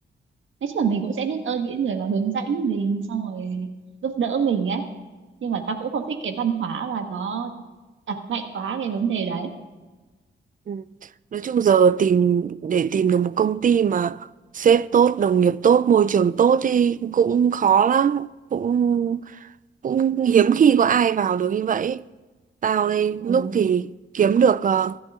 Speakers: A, on the right; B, on the right.
A: nói chung là mình cũng sẽ biết ơn những người mà hướng dẫn mình xong rồi giúp đỡ mình ấy nhưng mà tao cũng không thích cái văn hóa và nó đặt mạnh quá cái vấn đề đấy
B: ừ. Nói chung giờ tìm để tìm được một công ty mà sếp tốt, đồng nghiệp tốt, môi trường tốt thì cũng khó lắm, cũng cũng hiếm khi có ai vào được như vậy ấy. tao đây
A: ừ.
B: lúc thì kiếm được ờ,